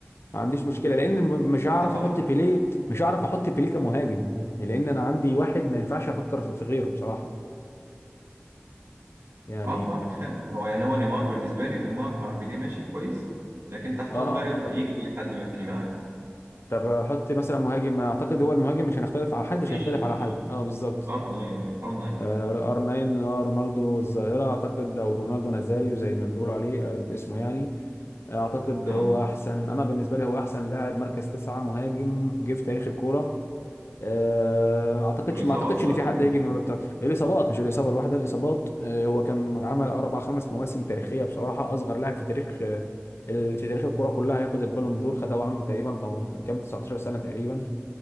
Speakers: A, on the left; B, on the right.
A: ما عنديش مشكله لان م- مش هعرف
B: وتحتهم
A: احط بيليه مش هعرف احط بيليه كمهاجم لان انا عندي واحد ما ينفعش افكر في في غيره بصراحه يعني
B: اه ف-
A: اه
B: فعلا هو يعني هو نيمار بالنسبه لي نيمار مع بيليه ماشي كويس لكن تحتهم
A: آه،
B: بقى يفضل-
A: اعتقد
B: يجي اي حد بقى تاني بقى عادي
A: طب حط مثلا مهاجم اعتقد هو المهاجم مش هنختلف على حد
B: مفيش
A: مش هيختلف
B: مفيش
A: على حد اه بالظبط
B: ار 9 ار 9
A: ار 9 اللي هو رونالدو الظاهره اعتقد او رونالدو نازاريو زي ما بيقولوا عليه آه، اسمه يعني آه، اعتقد
B: اه
A: هو احسن انا بالنسبه لي هو احسن لاعب مركز تسعه مهاجم جه في تاريخ الكوره آه، اعتقدش
B: والاصابه
A: ما اعتقدش
B: اثرت
A: ان في حد
B: عليه
A: هيجي الموهبه بتاعته الاصابات مش الاصابه الواحده الاصابات آه، هو كان عمل اربع خمس مواسم تاريخيه بصراحه اصغر لاعب في تاريخ آه، ال- في تاريخ الكوره كلها هياخد البالون دور خدها وعنده تقريبا 18 كام 19 سنه تقريبا